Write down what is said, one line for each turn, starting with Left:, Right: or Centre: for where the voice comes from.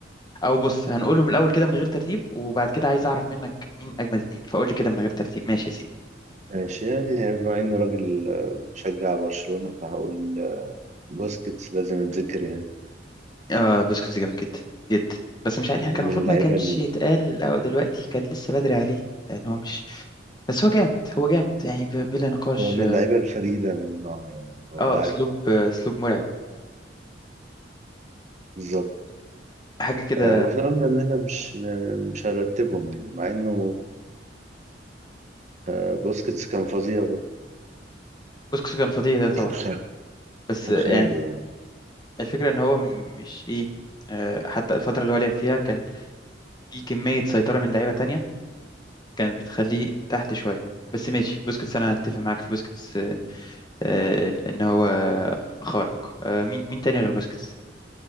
Left: او بص هنقولهم الاول كده من غير ترتيب وبعد كده عايز اعرف منك مين اجمد اتنين فقول لي كده من غير ترتيب ماشي يا سيدي
Right: ماشي يعني بما إني راجل آه، بشجع برشلونة فهقول آه، بوسكيتس لازم يتذكر يعني
Left: آه بسكوت جامد جدا جدا بس مش عارف احنا كان
Right: من
Left: المفروض
Right: اللعيبة
Left: ما كانش
Right: ال...
Left: يتقال او دلوقتي كان لسه بدري عليه لان هو مش بس هو جامد هو جامد يعني ب- بلا نقاش
Right: هو من
Left: اه
Right: اللعيبة الفريدة من نوعها يعني هو
Left: آه،
Right: لاعب
Left: اسلوب آه، اسلوب مرعب
Right: بالظبط
Left: حاجه كده
Right: آه، واحنا قلنا ان احنا مش مش هنرتبهم يعني مع انه آه، بوسكيتس كان فظيع برضه.
Left: بسكوت كان فظيع ده طبعا
Right: كان خيال
Left: بس
Right: كان
Left: آه،
Right: خيالي
Left: يعني
Right: يعني
Left: الفكره ان هو م- مش ايه آه حتى الفتره اللي هو لعب فيها كان في كميه سيطره من لعيبه تانية كانت بتخليه تحت شويه بس ماشي بوسكيتس انا هتفق معاك في بوسكيتس آه، ان إن هو خارق آه، مين مين تاني غير باسكتس